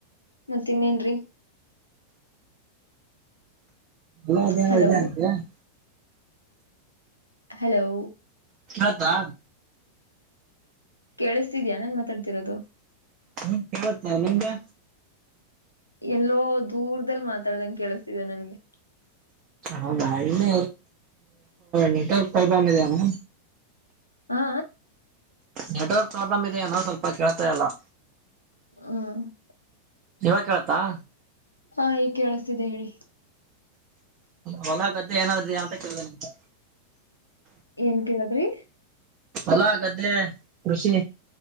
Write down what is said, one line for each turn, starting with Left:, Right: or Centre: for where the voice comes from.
Left: ಮತ್ತ ಇನ್ನೇನ್ರಿ....
Right: ಹದ
Left: ಹಲೋ
Right: ಇದೆ <inaudible>
Left: ಹಲೋ......
Right: ಅತ್ತಾ
Left: ಕೇಳಿಸ್ತಿದ್ಯಾ ನಾನ್ ಮಾತಾಡ್ತಿರೋದು...
Right: ಹ್ಮ್ <unintelligible> ನಿಮಗೆ
Left: ಎಲ್ಲೋ ದೂರದಲ್ಲಿ ಮಾತಾಡ್ದಂಗ ಕೇಳಿಸತಿದೆ ನನ್ಗೆ...
Right: ಹೌದಾ <unintelligible> ಇನ್ನ ನೆಟ್ವರ್ಕ್ ಪ್ರಾಬ್ಲಮ್ ಇದೇನ
Left: ಹಾ.....
Right: ನೆಟ್ವರ್ಕ್ ಪ್ರಾಬ್ಲಮ್ ಇದೆ ಏನೋ ಸ್ವಲ್ಪ ಕೇಳ್ತಾ ಇಲ್ಲಾ...
Left: ಹ್ಮ.....
Right: ಇವಾಗ ಕೇಳುತ್ತಾ.....
Left: ಹಾ ಈಗ ಕೇಳಿಸ್ತಿದೆ ಹೇಳಿ....
Right: ಹೊಲ ಗದ್ದೆ ಏನರ ಇದ್ಯ ಅಂತ ಕೇಳ್ದೇನೆ ನಿಮ್ಗ್
Left: ಏನ್ ಕೇಳದ್ರಿ......
Right: ಹೊಲ ಗದ್ದೆ ಕೃಷಿ....